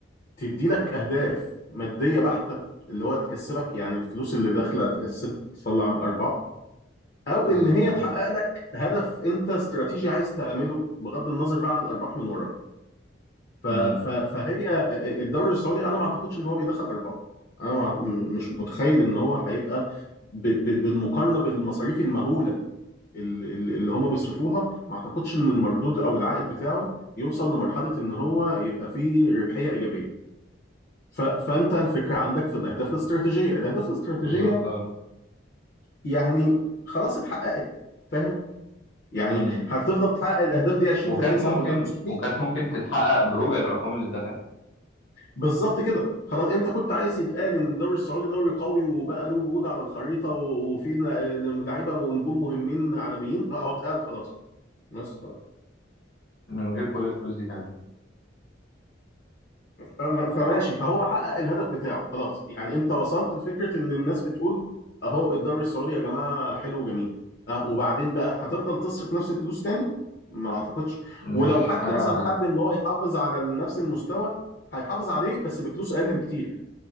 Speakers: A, on the left; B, on the left.
A: تدي لك اهداف مادية بحتة اللي هو تكسبك يعني الفلوس اللي داخلة تكسب تطلع ارباح او
B: بالظبط
A: ان هي
B: اه
A: تحقق لك هدف انت استراتيجي عايز تعمله بغض النظر بقى عن الارباح من وراه ف...
B: امم
A: ف... فهي الدوري السعودي انا ما اعتقدش ان هو بيدخل ارباح انا ما... م- مش متخيل ان هو هيبقى ب... ب... بالمقارنه بالمصاريف المهوله ال- ال- اللي هم بيصرفوها ما اعتقدش ان المردود او العائد بتاعه يوصل لمرحله ان هو يبقى فيه ربحيه ايجابيه ف... فانت الفكره عندك في الاهداف الاستراتيجيه الاهداف الاستراتيجيه
B: بالظبط اه
A: يعني خلاص اتحققت فاهم يعني
B: امم
A: هتفضل تحقق الاهداف دي 20
B: وكانت
A: 30 سنه
B: ممكن
A: قدام مستحيل
B: وكانت ممكن تتحقق بربع الارقام اللي اتدفعت
A: بالظبط كده خلاص انت كنت عايز يتقال ان الدوري السعودي دوري قوي وبقى له وجود على الخريطه و- وفي ل- لعيبه ونجوم مهمين عالميين اه اتقال خلاص بس خلاص
B: من غير كل الفلوس دي فاهم
A: فم- فماشي فهو حقق الهدف بتاعه خلاص يعني انت وصلت لفكره ان الناس بتقول اهو الدوري السعودي يا جماعه حلو وجميل اه وبعدين بقى هتفضل تصرف نفس الفلوس تاني ما اعتقدش
B: مش
A: ولو حتى
B: حاجه
A: مثلا حب ان هو يحافظ على نفس المستوى هيحافظ عليه بس بفلوس اقل بكتير